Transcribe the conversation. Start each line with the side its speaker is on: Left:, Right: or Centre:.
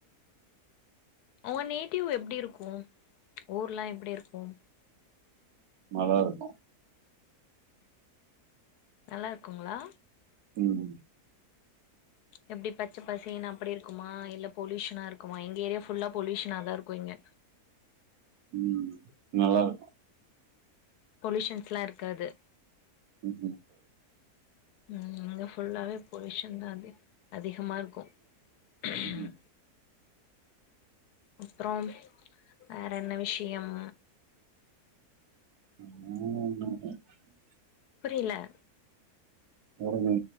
Left: அவொனி டியூ எப்டி இருக்கும் ஊர்லாம் எப்டி இருக்கும்
Right: நல்லா இருக்கும்
Left: நல்லா இருக்குங்களா
Right: உம்
Left: எப்டி பச்ச பசேனு அப்டி இருக்குமா இல்ல பொலியூஷனா இருக்குமா எங்க ஏரியா ஃபுல்லா பொலியூஷனா தா இருக்கும் இங்க
Right: உம் நல்லா இருக்கும்
Left: பொலுயூஷன்ஸ்ல்லா இருக்காது
Right: உம்
Left: ம் இங்க ஃபுல்லாவே பொலுயூஷன் தான் அப்டி அதி கமா இருக்கோம் அஹ
Right: ம்
Left: அப்புறம் வேற என்ன விஷ யம்
Right: <inaudible>
Left: புரில
Right: ஒரு